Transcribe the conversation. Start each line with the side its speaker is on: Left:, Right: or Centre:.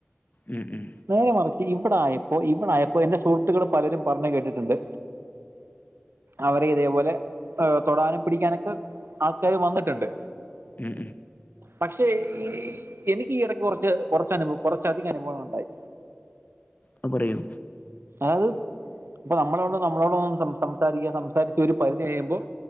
Left: ഉം ഉം
Right: നേരെ മറിച്ച് ഇവിടായപ്പോ ഇവിടായപ്പോ എന്റെ സുഹൃത്തുക്കള് പലരും പറഞ്ഞ് കേട്ടിട്ടുണ്ട് അവരെ ഇതേപോലെ തൊടാനും പിടിക്കാനൊക്കെ ആൾക്കാര് വന്നിട്ട്ണ്ട്
Left: ഉം ഉം
Right: പക്ഷെ ഈ എനിക്കീ ഇടക്ക് കുറച്ച് ച്ച് കുറച്ച് അനുഭവം കുറച്ച് അധിക അനുഭവം ഉണ്ടായി
Left: ആഹ പറയൂ
Right: ആത് ഇപ്പൊ നമ്മളെ കൊണ്ട് നമ്മളോട് ഒന്നും സംസാരിക്കുക സംസാരിച്ച് ഒരു പരിധി കഴിയുമ്പോൾ